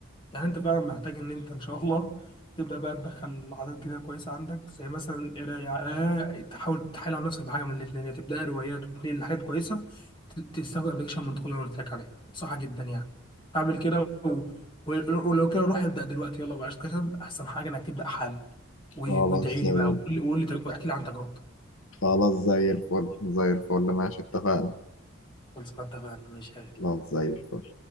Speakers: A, on the left; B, on the left.
A: يعني انت فعلا محتاج ان انت ان شاء الله تبدا بقى تدخل عادات جديده كويسه عندك زي مثلا القرايه آه، تحاول تحايل على نفسك بحاجه من الاثنين يا تبدا روايات وتنقل لحاجات كويسه ت- تستخدم ابلكيشن منطقي اللي انا قلت لك عليه صح جدا يعني اعمل كده و... و- ولو كده روح ابدا دلوقتي يلا بلاش كسل احسن حاجه انك تبدا حالا و-
B: خلاص
A: وادعي
B: زي
A: لي بقى وقول لي وقول لي- تج- واحكي لي عن تجربتك
B: خلاص زي الفل زي الفل ماشي اتفقنا
A: خلاص ما اتفقنا ماشي يا غالي.
B: خلاص زي الفل